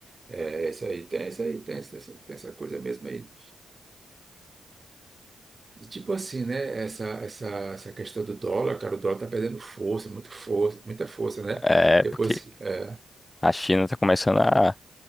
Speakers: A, on the right; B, on the left.
A: É, isso aí, tem isso aí, tem, essa- tem essa coisa mesmo aí. E tipo assim, né? Essa, essa, essa questão do dólar, cara, o dólar tá perdendo força, muito força, muita força, né?
B: É,
A: Depois
B: porque
A: que. É,
B: a China tá começando a